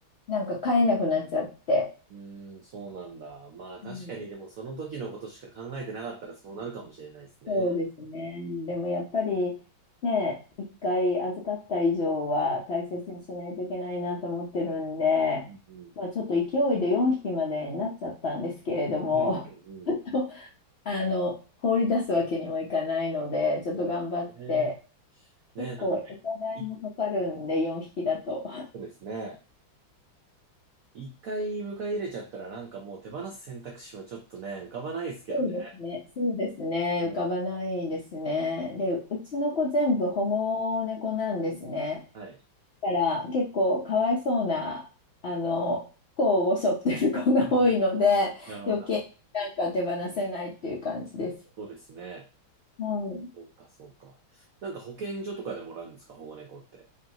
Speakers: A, on the left; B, on the right.
A: なんか飼えなくなっちゃって。
B: うん、そうなんだ。まあ確かにでもその時のことしか考えてなかったらそうなるかもしれないですね。
A: うんそうですね。でもやっぱりね、一回預かった以上は大切にしないといけないなと思ってるんで、
B: うんうん。
A: まあ、ちょっと勢いで4匹までになっちゃったんですけれども、
B: うんうんうん。
A: <laughs> あの、放り出すわけにもいかないので、ちょっと頑張って、
B: そうですね。ね、
A: 結構お互いもかかるんで、
B: なんか、い
A: 4匹だと。
B: そうですね。一回迎え入れちゃったらなんかもう手放す選択肢はちょっとね、浮かばないですけどね。
A: そうですね、そうですね、
B: うん、
A: 浮かばないですね。で、うちの子全部保護猫なんですね。
B: はい。
A: だから結構かわいそうな、あの、不幸を背負ってる子が多いので、
B: うんうんなるほど。
A: 余計なんか手放せないっていう感じです。
B: そうですね。
A: はい
B: そうか、そうか。なんか保健所とかでもらうんですか、保護猫って。